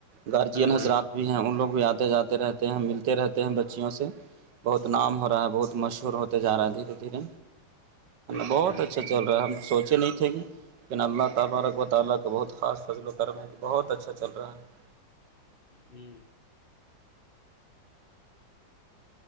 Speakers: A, on the right; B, on the left.
A: گارجین
B: ہاں
A: حضرات بھی ہیں ان لوگ بھی آتے جاتے رہتے ہیں ملتے رہتے ہیں بچیوں سے بہت نام ہو رہا ہے بہت مشہور ہوتے جا رہا ہے دھیرے دھیرے
B: اچھا
A: بہت اچھے چل رہا ہے ہم سوچے نہیں تھے کہ لیکن اللہ تعالی و برا تعالی کا بہت خاص فضل کر رہے ہیں بہت اچھا چل رہا ہے
B: ہاں